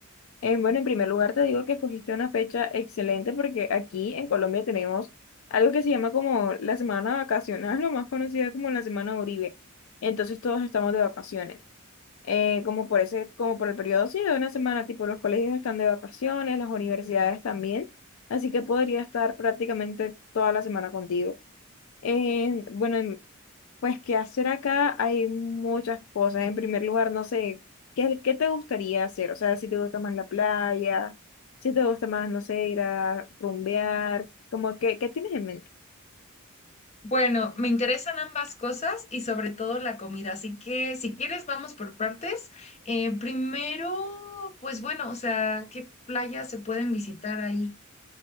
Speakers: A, on the left; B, on the left.
A: Eh, bueno, en primer lugar te digo que escogiste una fecha excelente porque aquí en Colombia tenemos algo que se llama como la semana vacacional, <laughs> lo más conocida como la semana Uribe. Entonces todos estamos de vacaciones. Eh, como por ese, como por el periodo, sí, de una semana, tipo los colegios están de vacaciones, las universidades también. Así que podría estar prácticamente toda la semana contigo. Eh, bueno, Pues qué hacer acá, hay muchas cosas. En primer lugar, no sé, ¿qué, qué te gustaría hacer? O sea, si te gusta más la playa, si te gusta más, no sé, ir a rumbear, como que, ¿qué tienes en mente?
B: Bueno, me interesan ambas cosas y sobre todo la comida, así que si quieres vamos por partes. Eh, primero, pues bueno, o sea, ¿qué playas se pueden visitar ahí?